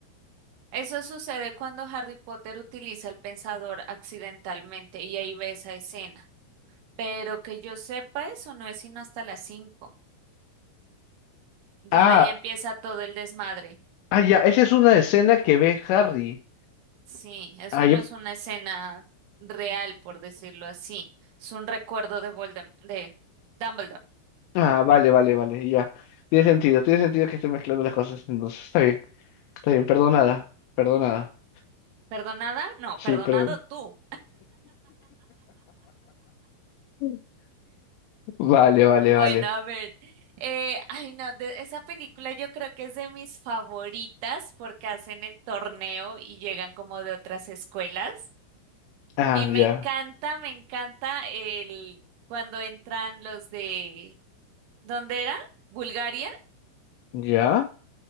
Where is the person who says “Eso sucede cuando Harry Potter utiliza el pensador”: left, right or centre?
Right